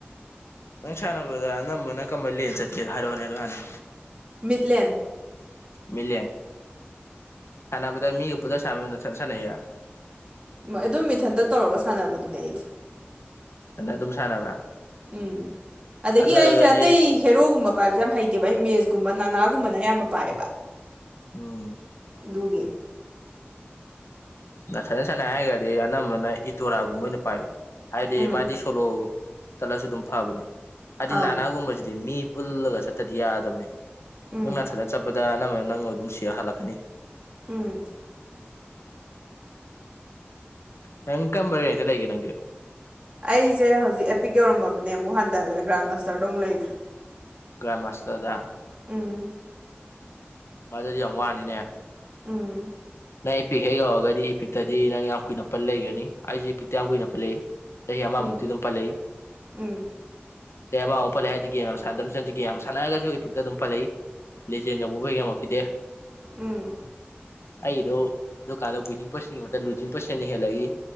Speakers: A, on the left; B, on the right.
A: ꯅꯪ ꯁꯥꯟꯅꯕꯗ ꯑꯅꯝꯕ ꯅꯪ ꯀꯝꯕ ꯂꯅ ꯆꯠꯀꯦꯗ ꯍꯥꯏꯔꯛꯑꯣꯅꯦ ꯑꯗꯨ ꯍꯥꯟꯅ
B: ꯃꯤꯂꯦꯟ
A: ꯃꯤꯂꯦꯟ ꯁꯥꯟꯅꯕꯗ ꯃꯤꯒ ꯄꯨꯂ ꯁꯥꯟꯅꯕ ꯃꯊꯟ ꯁꯥꯟꯅꯩ
B: ꯑꯗꯨꯝ ꯃꯤꯊꯟꯇ ꯇꯧꯔꯒ ꯁꯥꯟꯅꯕꯗꯨꯅꯦ ꯑꯩꯗꯤ
A: ꯑꯗꯨ ꯁꯥꯟꯅꯕ꯭ꯔ ꯁꯥꯟ
B: ꯎꯝ ꯑꯗꯒꯤ
A: ꯑꯣꯏꯔꯒꯗꯤ
B: ꯑꯩꯁꯦ ꯑꯇꯩ ꯍꯦꯔꯣꯒꯨꯝꯕ ꯄꯥꯏꯕꯁꯦ ꯌꯥꯝ ꯍꯩꯇꯦꯕ ꯑꯩ ꯃꯦꯁ ꯀꯨꯝꯕ ꯅꯥꯒꯨꯝꯕꯅ ꯑꯌꯥꯝꯕ ꯄꯥꯏꯌꯦꯕ
A: ꯎꯝ
B: ꯑꯗꯨꯒꯤ
A: ꯅꯊꯠꯅ ꯁꯥꯟꯅ ꯍꯥꯏꯔꯒꯗꯤ ꯑꯅꯝꯕꯅ ꯏꯗꯣꯔꯥꯒꯨꯝꯕ ꯑꯣꯏꯅ ꯄꯥꯏꯌꯨ ꯍꯥꯏꯗꯤ
B: ꯎꯝ
A: ꯃꯥꯗꯤ ꯁꯣꯂꯣ ꯆꯠꯂꯁꯨ ꯑꯗꯨꯝ ꯐꯕꯅꯤ ꯍꯥꯏꯗꯤ
B: ꯑꯥ
A: ꯅꯥꯅꯥꯒꯨꯝꯕꯁꯤꯗꯤ ꯃꯤ ꯄꯨꯜꯂꯒ ꯆꯠꯇꯗꯤ ꯌꯥꯗꯕꯅꯤ
B: ꯎꯝ
A: ꯅꯪꯅꯊꯗ ꯆꯠꯄꯗ ꯅꯝꯕ ꯅꯪꯅ ꯑꯗꯨꯝ ꯁꯤꯔ ꯍꯜꯂꯛꯀꯅꯤ
B: ꯎꯝ
A: ꯅꯪ ꯀꯝꯕꯔꯦꯟꯁꯦ ꯂꯩꯒꯦ ꯅꯪꯗꯤ
B: ꯑꯩꯁꯦ ꯍꯧꯖꯤꯛ ꯑꯦꯄꯤꯛ ꯌꯧꯔꯃꯕꯅꯦ ꯑꯃꯨꯛ ꯍꯟꯊꯈ꯭ꯔꯦ ꯒ꯭ꯔꯥꯟ ꯃꯥꯁꯇꯔꯗꯣ ꯑꯃꯨꯛ ꯂꯩꯈ꯭ꯔꯦ
A: ꯭ꯔꯝ ꯃꯥꯁꯇꯔꯗ
B: ꯎꯝ
A: ꯎꯝ ꯑꯗꯨꯗꯗꯤ ꯌꯥꯝ ꯋꯥꯅꯤꯅꯦ
B: ꯎꯝ
A: ꯅꯪ ꯏꯄꯤꯛ ꯍꯦꯛ ꯌꯧꯔꯒꯗꯤ ꯏꯄꯤꯛꯇꯗꯤ ꯅꯪ ꯌꯥꯝ ꯀꯨꯏꯅ ꯄ ꯂꯩꯒꯅꯤ ꯑꯩꯁꯨꯦ ꯏꯄꯤꯛꯇ ꯌꯥꯝ ꯀꯨꯏꯅ ꯄ ꯂꯩ ꯆꯍꯤ ꯑꯃꯃꯨꯛꯇꯤꯗꯨꯝ
B: ꯎꯝ
A: ꯄꯂꯛ
B: ꯎꯝ
A: ꯁ ꯑꯃꯥꯎ ꯄꯜꯂꯦ ꯍꯥꯏꯗꯤ ꯒꯦꯝ ꯌꯥꯝ ꯁꯥꯟꯗꯅꯁꯨꯅꯗ ꯒꯦꯝ ꯁꯥꯟꯅꯔꯒꯁꯨ ꯏꯄꯤꯛꯇ ꯑꯗꯨ ꯄꯜꯂꯛꯏ ꯂꯤꯖꯦꯅꯕꯨꯕꯒꯃ ꯀꯗꯦ
B: ꯎꯝ
A: ꯑꯩꯗꯣ ꯑꯗꯨꯀꯥꯟꯗ ꯋꯤꯗꯤꯡ ꯄꯔꯁꯟꯒꯤ ꯂꯨꯗꯤꯤꯡ ꯄꯔꯁꯟꯟꯅ ꯍꯦꯜꯂꯛꯏ